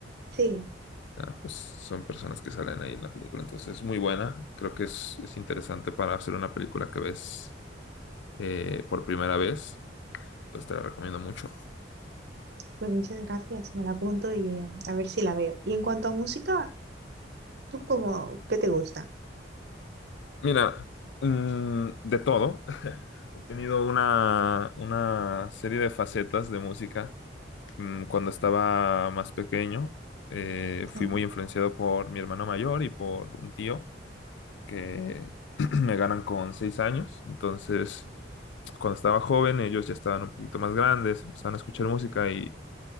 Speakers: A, on the right; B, on the left.
A: sí,
B: Ah, pues son personas que salen ahí en la película, entonces es muy buena. Creo que es, es interesante para hacer una película que ves eh, por primera vez. Entonces te la recomiendo mucho.
A: pues muchas gracias. Me la apunto y eh, a ver si la veo. Y en cuanto a música, ¿tú cómo, qué te gusta?
B: Mira, mm, de todo. <laughs> He tenido una, una serie de facetas de música. Mm, cuando estaba más pequeño, eh, fui
A: Sí.
B: muy influenciado por mi hermano mayor y por un tío. que <clears throat> me ganan con seis años. Entonces, cuando estaba joven, ellos ya estaban un poquito más grandes, empezaban a escuchar música y,